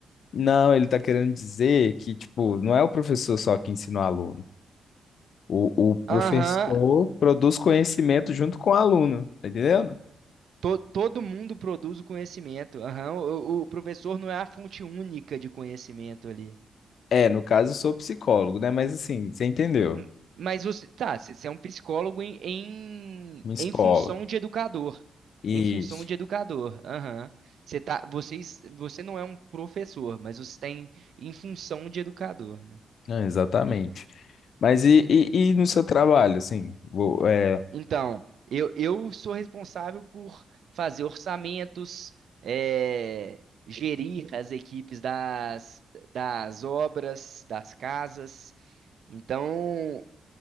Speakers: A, on the left; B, on the right.
A: Não, ele tá querendo dizer que, tipo, não é o professor só que ensina o aluno. O, o professor
B: Aham.
A: produz conhecimento junto com o aluno, tá entendendo?
B: to- todo mundo produz o conhecimento. Aham. O, o professor não é a fonte única de conhecimento ali.
A: É, no caso, eu sou psicólogo, né? Mas assim, você entendeu?
B: Hum, Mas você, tá, você você é um psicólogo em, em,
A: Minha escola.
B: em função de educador.
A: Isso.
B: Em função de educador. Aham. Você tá, vocês, você não é um professor, mas você tem em função de educador, né?
A: Não, exatamente. Mas e, e, e no seu trabalho, assim? Vou, é,
B: Então, eu, eu sou responsável por fazer orçamentos, é, gerir as equipes das, das obras, das casas. Então,